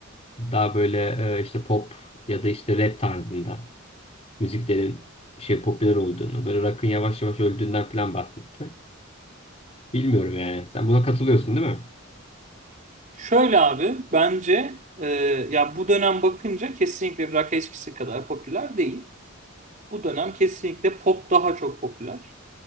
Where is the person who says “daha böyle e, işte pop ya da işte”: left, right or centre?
Left